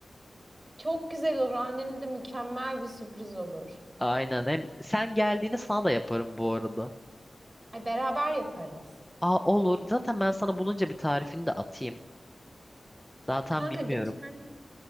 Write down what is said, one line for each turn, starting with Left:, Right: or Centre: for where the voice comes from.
Right: çok güzel olur. Annenin de mükemmel bir sürpriz olur.
Centre: Aynen. Hem sen geldiğini sana da yaparım bu arada.
Right: Ay beraber yaparız.
Centre: Aa olur. Zaten ben sana bulunca bir tarifini de atayım. Daha tam
Right: Kanka
Centre: bilmiyorum.
Right: geçen